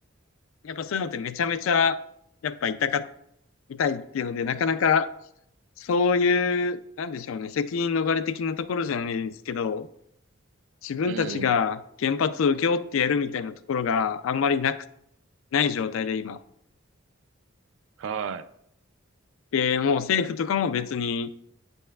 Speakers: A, on the left (about 70°); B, on the right (about 65°).
A: やっぱそういうのってめちゃめちゃ、やっぱ痛か、痛いっていうので、なかなか、そういう、なんでしょうね、責任逃れ的なところじゃないですけど、自分たちが原発を請け負ってやるみたいなところがあんまりなく、
B: い。うん。
A: ない状態で今。
B: は
A: で、もう政府とかも別に、